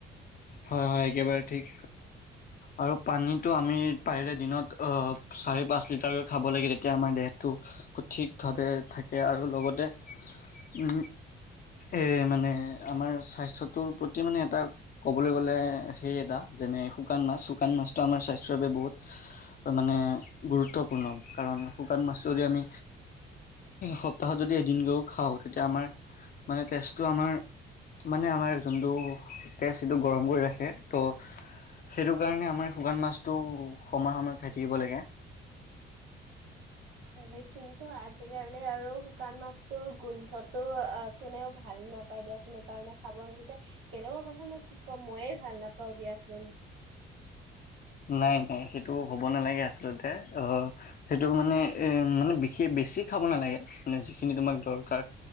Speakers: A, on the left; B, on the right.
A: হয় হয় একেবাৰে ঠিক আৰু পানীটো আমি পাৰিলে দিনত চাৰি পাঁচ লিটাৰ খাব লাগে তেতিয়া আমাৰ দেহটো সঠিকভাৱে থাকে আৰু লগতে উ এ মানে আমাৰ স্বাস্থ্যটোৰ প্ৰতি মানে এটা ক'বলৈ গ'লে সেই এটা যেনে শুকান মাছ শুকান মাছটো আমাৰ স্বাস্থ্যৰ বাবে বহুত মানে গুৰুত্বপূৰ্ণ কাৰণ শুকান মাছটো যদি আমি সপ্তাহত যদি এদিন কেও খাওঁ তেতিয়া আমাৰ মানে তেজটো আমাৰ মানে আমাৰ যোনটো তেজ সিটো গৰম কৰি ৰাখে ত' সেইটো কাৰণে আমাৰ শুকান মাছটো সময়ে সময়ে খাই থাকিব লাগে
B: হয় কিন্তু আজিকালি আৰু শুকান মাছ তোৰ গোন্ধটো আ কোনেও ভাল নাপায় দিয়াচোন সেইকাৰণে খাব নোখোজে বেলেগৰ কথানো কি ক'ম ময়ে ভাল নাপাও দিয়াচোন
A: নাই নাই সেইটো হ'ব নালাগে আচলতে আহ সেইটো মানে এ মানে বিশেষ বেছি খাব নালাগে মানে যিখিনি তোমাক দৰকাৰ